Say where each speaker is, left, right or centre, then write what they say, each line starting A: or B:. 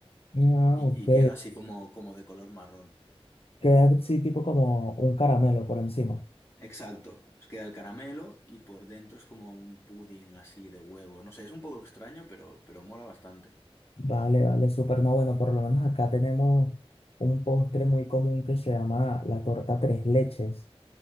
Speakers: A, on the left (about 65°); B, on the left (about 25°).
A: Ah,
B: Y,
A: ok.
B: y queda así como, como de color marrón.
A: Queda así tipo como un caramelo por encima.
B: Exacto, os queda el caramelo y por dentro es como un pudding así de huevo. No sé, es un poco extraño, pero, pero mola bastante.
A: Vale, vale, súper. No, bueno, por lo menos acá tenemos un postre muy común que se llama la torta tres leches.